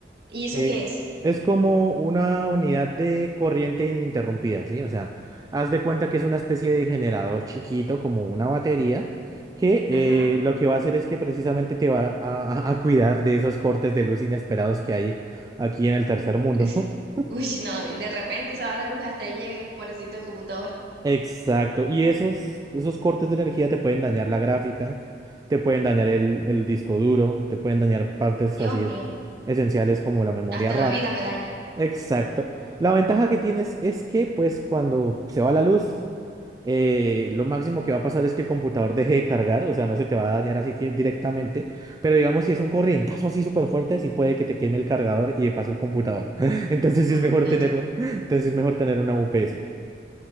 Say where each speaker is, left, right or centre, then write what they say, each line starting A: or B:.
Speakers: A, on the right; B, on the right.
A: ¿Y eso
B: Que
A: qué es?
B: es como una unidad de corriente ininterrumpida, ¿sí? O sea, haz de cuenta que es una especie de generador chiquito, como una batería, que eh,
A: Ajá.
B: lo que va a hacer es que precisamente te va a, a- a cuidar de esos cortes de luz inesperados que hay aquí en el tercer mundo.
A: <laughs>
B: <laughs>
A: Uy, no, de repente se va la luz hasta ahí llegue, pobrecito el computador.
B: Exacto. Y esos, esos cortes de energía te pueden dañar la gráfica, te pueden dañar el, el disco duro, te pueden dañar partes
A: Dios
B: así
A: mío,
B: es, esenciales como la memoria
A: hasta
B: RAM.
A: la vida me daña.
B: Exacto. La ventaja que tienes es que, pues, cuando se va la luz, eh, lo máximo que va a pasar es que el computador deje de cargar, o sea, no se te va a dañar así que directamente, pero digamos, si es un corrientazo así súper fuerte, sí puede que te queme el cargador y de paso el computador. <laughs> Entonces
A: Imagínate.
B: sí es mejor tener un, entonces sí es mejor tener una UPS.